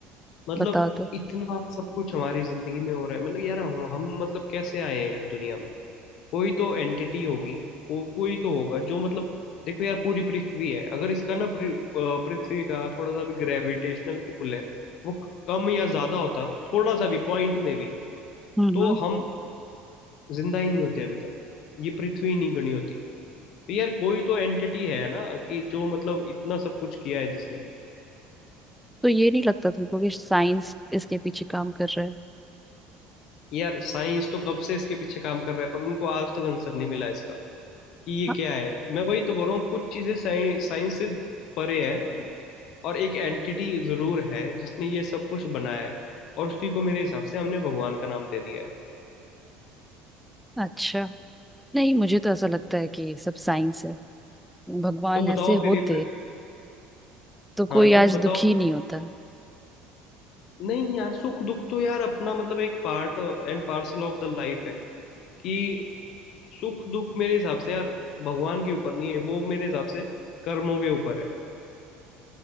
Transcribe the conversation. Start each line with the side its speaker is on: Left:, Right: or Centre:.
Left: मतलब
Centre: बता दो
Left: इतना सब कुछ हमारी जिंदगी में हो रहा है मतलब यार हम, हम मतलब कैसे आए हैं इस दुनिया में कोई तो एंटिटी होगी को, कोई तो होगा जो मतलब देखो यार पूरी पृथ्वी है अगर इसका ना पृ- अ, पृथ्वी का थोड़ा सा भी ग्रेविटेशनल पुल है वो कम या ज्यादा होता थोड़ा सा भी पॉइंट में भी
Centre: हम्म
Left: तो
Centre: हम्म
Left: हम जिंदा ही नहीं होते अभी तक ये पृथ्वी नहीं बनी होती तो यार कोई तो एंटिटी है ना कि जो मतलब इतना सब कुछ किया है जिसने
Centre: तो ये नहीं लगता तुमको कि साइंस इसके पीछे काम कर रहा है
Left: यार साइंस तो कब से इसके पीछे काम कर रहा है पर उनको आज तक आंसर नहीं मिला इसका कि ये
Centre: हाँ
Left: क्या है मैं वही तो बोल रहा हूँ कुछ चीजें साइंस साइंस से परे है और एक एंटिटी जरूर है जिसने ये सब कुछ बनाया है और उसी को मेरे हिसाब से हमने भगवान का नाम दे दिया है
Centre: अच्छा नहीं मुझे तो ऐसा लगता है कि सब साइंस है भगवान
Left: तो बताओ
Centre: ऐसे
Left: फिर
Centre: होते
Left: ये
Centre: तो
Left: हाँ
Centre: कोई
Left: तो
Centre: आज
Left: बताओ
Centre: दुखी नहीं होता
Left: नहीं यार सुख दुख तो यार अपना मतलब एक part and parcel of the life है कि सुख दुख मेरे हिसाब से यार भगवान के ऊपर नहीं है वो मेरे हिसाब से कर्मों के ऊपर है